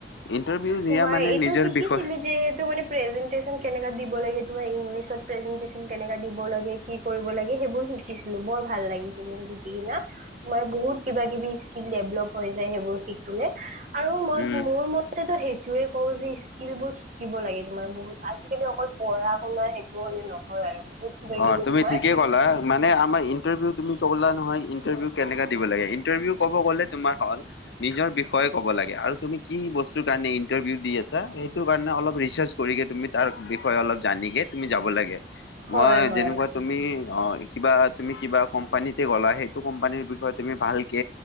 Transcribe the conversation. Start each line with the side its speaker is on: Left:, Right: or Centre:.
Left: ইণ্টাৰভিউ
Right: তোমাৰ
Left: দিয়া মানে
Right: এইটো
Left: নিজৰ
Right: শিকিছিলি
Left: বিষয়
Right: যে এইটো মানে, প্ৰেজেণ্টেচন কেনেকা দিব লাগে। তোমাৰ ইংলিছত প্ৰেজেণ্টেচন কেনেকা দিব লাগে? কি কৰিব লাগে? সেইবোৰ শিকিছিলো বৰ ভাল লাগিছিল সেনেকে দি ন'? তোমাৰ বহুত কিবাকিবি স্কিল ডেভল্প হৈ যায় সেইবোৰ শিকিলে আৰু মই,
Left: উম
Right: মোৰ মতেটো সেই টোৱে কওঁ যে স্কিলবোৰ শিকিব লাগে । তোমাৰ বহুত আজি-কালি অকল পঢ়া- শুনা সেইটো হ'লে নহয় আৰু। বহুত কিবা
Left: অ
Right: কিবি
Left: তুমি
Right: তোমাৰ
Left: ঠিকেই ক'লা মানে, আমাৰ ইণ্টাৰভিউ তুমি ক'লা নহয় ইন্টাৰভিউ কেনেকা দিব লাগে ইন্টাৰভিউ ক'ব গ'লে তোমাৰ হ'ল -নিজৰ বিষয়ে ক'ব লাগে লাগে আৰু তুমি কি বস্তুৰ কাৰণে ইণ্টাৰভিউ দি আছা? সেইটো কাৰণে অলপ ৰিচাৰ্চ কৰিকে তুমি তাৰ বিষয়ে অলপ জানিকে তুমি যাব লাগে।
Right: হয়
Left: মই
Right: হয়
Left: যেনেকোৱা তুমি অ, কিবা তুমি কিবা কোম্পানীতে গলা, সেইটো কোম্পানীৰ বিষয়ে তুমি ভালকে